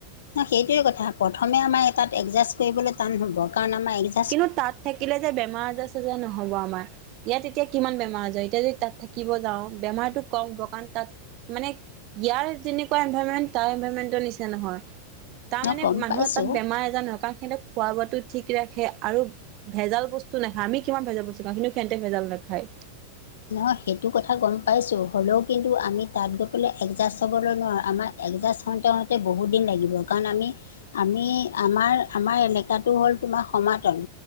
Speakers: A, on the left; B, on the right.
A: না সেইটোৱে কথা প্ৰথমে আমাৰ এ তাত এডজাষ্ট কৰিবলৈ টান হ'ব কাৰণ আমাৰ এডজা-
B: কিন্তু তাত থাকিলে যে বেমাৰ আজাৰ চেজাৰ নহ'ব আমাৰ। ইয়াত এতিয়া কিমান বেমাৰ আজাৰ এতিয়া যদি তাত থাকিব যাওঁ বেমাৰতো কম হ'ব কাৰণ তাত মানে ইয়াৰ যেনেকুৱা এনভাৰমেন্ট তাৰ এনভাৰমেন্টৰ নিচিনা নহয়। তাৰ
A: ন
B: মানে
A: গম
B: মানুহৰ
A: পাইছোঁ
B: তাত বেমাৰ এজাৰ নহয় কাৰণ সিহঁতে খোৱা বোৱাটো ঠিক ৰাখে। আৰু ভেজাল বস্তু নাখায় আমি কিমান ভেজাল বস্তু খাওঁ সিঁহতে ভেজাল নেখায়।
A: নহয় সেইটো কথা গম পাইছোঁ হ'লেও কিন্তু আমি তাত গৈ পেলাই এডজাষ্ট হ'বলৈ নোৱাৰোঁ আমাৰ এডজাষ্ট হওঁতে হওঁতে বহুত দিন লাগিব কাৰণ আমি আমি আমাৰ আমাৰ এলেকাটো হ'ল তোমাৰ সমাতল,